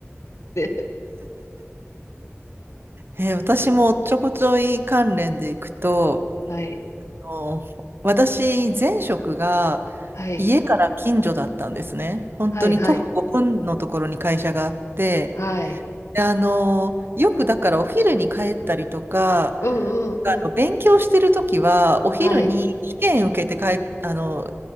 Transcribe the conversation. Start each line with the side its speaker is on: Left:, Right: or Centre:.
Left: て、
Right: えー私もおっちょこちょい関連でいくと、
Left: はい、
Right: の私、前職が
Left: はい、
Right: 家から近所だったんですね。本当に徒歩ごふんのところに会社があって、
Left: はい、はい、はい、
Right: であの、よくだからお昼に帰ったりとか、
Left: うん、うん、
Right: あの勉強してるときはお昼に試験受けて帰っ、
Left: うん、はい、
Right: あの、